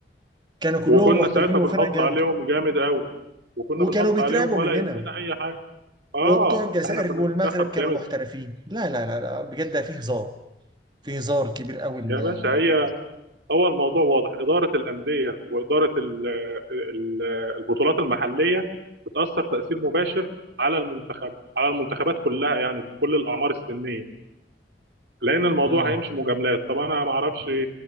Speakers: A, on the right; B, on the right.
A: كانوا كلهم
B: وكنا
A: محترفين
B: ساعتها
A: وفرق
B: بنحط
A: جامده
B: عليهم جامد قوي وكنا
A: وكانوا
B: بنحط
A: بيترعبوا
B: عليهم ولا
A: مننا
B: يهمنا اي حاجه اه
A: وبتوع الجزائر
B: احنا كنا
A: والمغرب
B: منتخب
A: كانوا
B: جامد
A: محترفين لا لا لا لا بجد ده فيه هزار فيه هزار كبير قوي إن-
B: يا باشا هي هو الموضوع واضح اداره الانديه واداره ال ال البطولات المحليه بتاثر تاثير مباشر على المنتخب على المنتخبات كلها يعني بكل الاعمار السنيه لان الموضوع
A: امم
B: هيمشي مجاملات طب انا ما اعرفش